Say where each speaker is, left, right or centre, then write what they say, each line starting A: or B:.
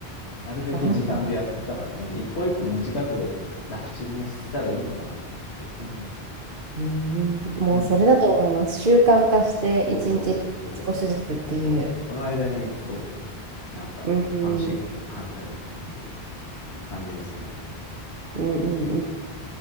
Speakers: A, on the left; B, on the right.
A: なるべく時短でやったから、
B: あー、
A: うん、一個一個短く楽ちんにしたらいいのかなと思って。うん、
B: うん、もうそれだと思います。
A: うん。
B: 習慣化して、
A: そうそうそう
B: 一日少しずつっていう。
A: そう。その間に、そうそうそう。なんか楽しいことを考えるっていう
B: うん、うん、
A: 感じですね。
B: うん、うん。